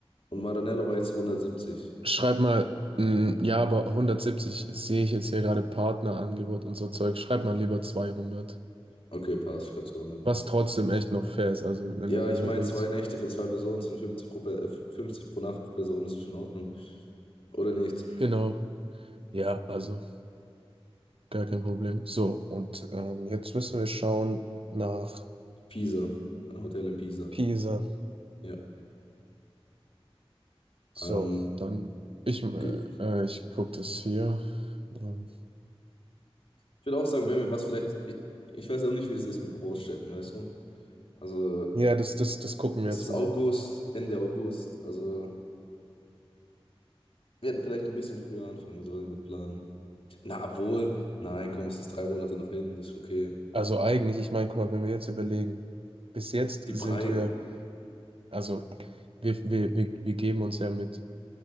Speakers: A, on the left (about 65°); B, on the right (about 65°).
A: Und Maranello war jetzt hundertsiebzig.
B: Schreib mal, mm, ja, aber hundertsiebzig sehe ich jetzt hier gerade Partnerangebot und so Zeug. Schreib mal lieber zweihundert,
A: Okay, passt, schreibt zu hundert.
B: Was trotzdem echt noch fair ist, also wenn
A: Ja,
B: ihr mal
A: ich
B: überlegt.
A: meine, zwei Nächte für zwei Personen sind 50 pro, Pe- äh, 50 pro Nacht pro Person, das ist in Ordnung. Oder nicht?
B: Genau, ja, also gar kein Problem. So, und ähm, jetzt müssen wir schauen nach
A: Pisa, ein Hotel in Pisa.
B: Pisa.
A: Ja.
B: So,
A: Ähm,
B: dann, ich, äh,
A: ge-
B: äh, ich gucke das hier. Ähm,
A: ich würde auch sagen, wenn wir was vielleicht, ich, ich weiß auch nicht, wie das ist mit Großstädten, weißt du? Also,
B: ja, das, das, das gucken
A: es
B: wir jetzt
A: ist
B: mal.
A: August, Ende August. Also, wir hätten vielleicht ein bisschen früher anfangen sollen mit Planen. Na, wohl, nein, komm, es ist drei Monate noch hin, das ist okay.
B: Also eigentlich, ich meine, guck mal, wenn wir jetzt überlegen, bis jetzt
A: Die
B: sind
A: Preise,
B: wir, also wir, wir, wir, wir geben uns ja mit